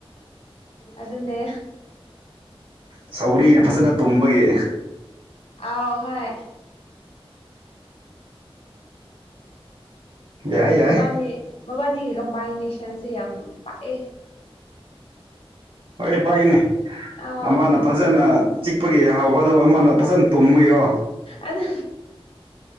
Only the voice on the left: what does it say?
ꯑꯗꯨꯅꯦ
ꯑꯧ ꯍꯣꯏ
ꯃꯕꯥꯅꯤ ꯃꯕꯥꯅꯤꯒꯤ ꯀꯝꯕꯥꯏꯅꯦꯁꯟꯁꯦ ꯌꯥꯝ ꯄꯥꯛꯑꯦ
ꯑꯥꯎ
ꯑꯗꯨ